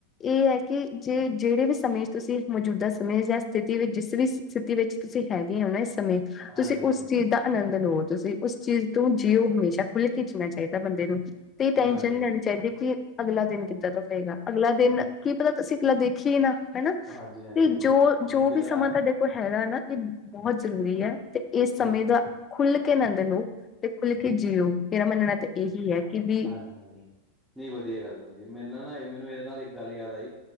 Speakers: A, on the left; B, in the centre.
A: ਇਹ ਹੈ ਕਿ ਜੇ ਜਿਹੜੇ ਵੀ ਸਮੇਂ 'ਚ ਤੁਸੀਂ ਮੌਜੂਦਾ ਸਮੇਂ ਜਾਂ ਸਥਿਤੀ ਵਿੱਚ ਜਿਸ ਵੀ ਸਥਿਤੀ ਵਿੱਚ ਤੁਸੀਂ ਹੈਗੇ ਹੋ ਨਾ ਇਸ ਸਮੇਂ ਤੁਸੀ
B: ਹਾਂਜੀ, ਹਾਂਜੀ,
A: ਉਸ ਚੀਜ਼ ਦਾ ਆਨੰਦ ਲਓ ਤੁਸੀਂ ਉਸ ਚੀਜ਼ ਤੋਂ ਜੀਓ ਹਮੇਸ਼ਾ ਖੁੱਲ ਕੇ ਜੀਣਾ ਚਾਹੀਦਾ ਬੰਦੇ ਨੂੰ ਤੇ ਟੈਨਸ਼ਨ
B: ਹਾਂਜੀ,
A: ਨੀ ਲੈਣੀ ਚਾਹੀਦੀ ਕੀ ਅਗਲਾ ਦਿਨ ਕਿੱਦਾਂ ਤੋਂ ਪਏਗਾ ਅਗਲਾ ਦਿਨ ਕੀ ਪਤਾ ਤੁਸੀ ਪਲਾਂ ਦੇਖੀਏ ਨਾ ਹੈਨਾ
B: ਹਾਂਜੀ, ਹਾਂਜੀ,
A: ਤੇ
B: ਹਾਂਜੀ
A: ਜੋ ਜੋ
B: ਜਿਹੜਾ
A: ਵੀ ਸਮਾਂ
B: ਹੈ,
A: ਤਾਡੇ ਹੈਗਾ ਨਾ ਇਹ ਬੋਹੋਤ ਜ਼ਰੂਰੀ ਐ ਤੇ ਇਸ ਸਮੇਂ
B: ਹਾਂਜੀ,
A: ਦਾ ਖੁੱਲ ਕੇ ਆਨੰਦ ਲੋ ਤੇ ਖੁੱਲ ਕੇ ਜੀਓ ਮੇਰਾ ਮੰਨਣਾ ਤਾਂ ਇਹੀ ਐ ਕਿ ਵੀ
B: ਸਹੀ ਗੱਲ ਐ। <inaudible> ਨਹੀਂ ਵਧੀਆ ਗੱਲ ਐ ਵਧੀਆਂ ਮੇਰਨਾ ਨਾ ਇਹ ਮੈਨੂੰ ਇਹਦੇ ਨਾਲ ਇੱਕ ਗੱਲ ਯਾਦ ਆਈ